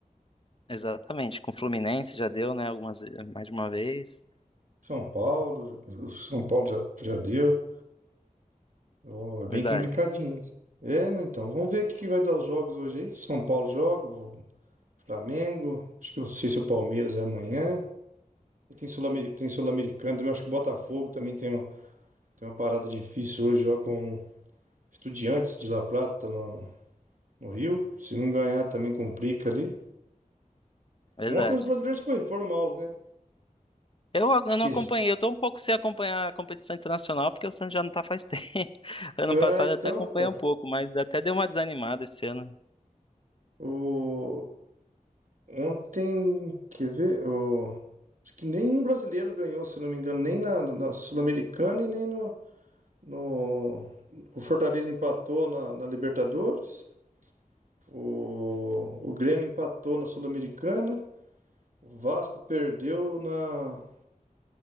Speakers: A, on the left; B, on the right.
A: exatamente, com o Fluminense já deu, né, algumas mais de uma vez.
B: São Paulo, o São Paulo já, já deu. Ó, é bem
A: Verdade,
B: complicadinho. É, né, então, vamos ver o que que vai dar os jogos hoje aí. São Paulo joga, o Flamengo. Acho que eu não sei se o Palmeiras é amanhã. E Tem Sul-Ameri- tem Sul-Americano também. Acho que o Botafogo também tem, um- tem uma parada difícil hoje. Joga com Estudiantes de La Plata no, no Rio. Se não ganhar, também complica ali.
A: verdade.
B: Ontem os brasileiros foi, foram maus, né?
A: Eu, eu
B: Acho
A: não
B: que
A: acompanhei, eu tô um pouco sem acompanhar a competição internacional, porque o Santos já não tá faz tempo. <laughs> Ano
B: Ah,
A: passado
B: então,
A: eu até acompanhei
B: pai,
A: um pouco, mas até deu uma desanimada esse ano.
B: o... ontem, quer ver? O... Acho que nenhum brasileiro ganhou, se não me engano, nem na, na Sul-Americana e nem no, no... O Fortaleza empatou na, na Libertadores, o... o Grêmio empatou na Sul-Americana, o Vasco perdeu na,